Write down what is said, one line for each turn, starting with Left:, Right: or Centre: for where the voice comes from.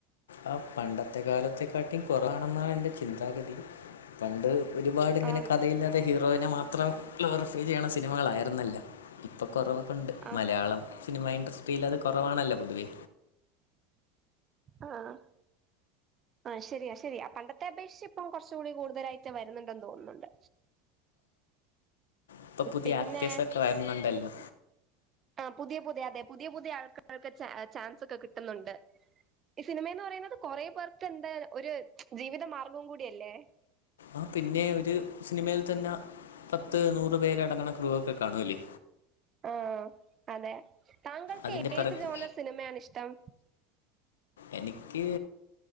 Left: ആഹ് പണ്ടത്തെ കാലത്തെക്കാട്ടി കൊറാവാണെന്നാണ് എൻ്റെ ചിന്താഗതി പണ്ട് ഒരുപാട്ങ്ങനെ
Right: ആണോ
Left: കഥയില്ലാതെ ഹീറോനെ മാത്രം ക്ലോറിഫൈ ചെയ്ണ സിനിമകളായിര്ന്നല്ല ഇപ്പ കൊറവൊക്കണ്ട്
Right: ആഹ്
Left: മലയാളം സിനിമ ഇൻഡസ്ട്രിയിൽ അത് കുറവാണല്ലോ പൊതുവേ
Right: ആഹ് ആഹ് ശരിയാ ശരിയാ പണ്ടത്തെ അപേശ്ശിപ്പം കൊർച്ചു കൂടി കൂടുതലായിറ്റ വര്ന്ന്ണ്ടെന്ന് തോന്ന്ന്നുണ്ട്
Left: ഇപ്പൊ പുതിയ
Right: പിന്നെ
Left: ആക്കേഴ്സക്കെ വാര്ന്നുണ്ടല്ലോ
Right: ആഹ് പുതിയ പുതിയ അതെ പുതിയ പുതിയ ആൾക ആൾക്കാര്ക്ക് ചേ ചാൻസൊക്കെ കിട്ട്ന്നുണ്ട് ഈ സിനിമേന്ന് പറയുന്നത് കൊറെ പേർ പെന്തേ ഒര് ജീവിത മാർഗ്ഗവും കൂടിയല്ലേ
Left: ആഹ് പിന്നെ ഒരു സിനിമയിൽ തന്നാ പത്ത് നൂറ് പേര അടങ്ങണ ക്ലൂഒക്കെ കാണ്വുല്ലേ
Right: ആഹ് അതെ താങ്കൾക്ക്
Left: അതിന്റെ പിറക്
Right: ഏത് ജോണർ സിനിമേണ് ഇഷ്ട്ടം
Left: എനിക്ക്